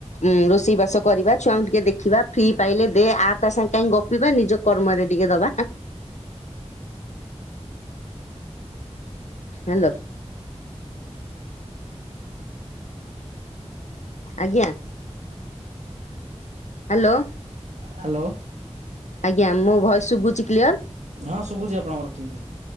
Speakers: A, on the left (about 80°); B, on the right (about 85°).
A: ଉଁ ରୋଷେଇ ବାସ କରିବା ଛୁଆଙ୍କୁ ଟିକେ ଦେଖିବା ଫ୍ରି ପାଇଲେ ଦେ ଆ ତା ସାଙ୍ଗେ କାହିଁ ଗପିବା ନିଜ କର୍ମରେ ଟିକେ ଦବା। ହ୍ୟାଲୋ। ଆଜ୍ଞା। ହ୍ୟାଲୋ।
B: ହ୍ୟାଲୋ।
A: ଆଜ୍ଞା ମୋ ଭଏସ ଶୁଭୁଛି କ୍ଲିୟର?
B: ହଁ ଶୁଭୁଛି ଆପଣଙ୍କର ଠିକ୍।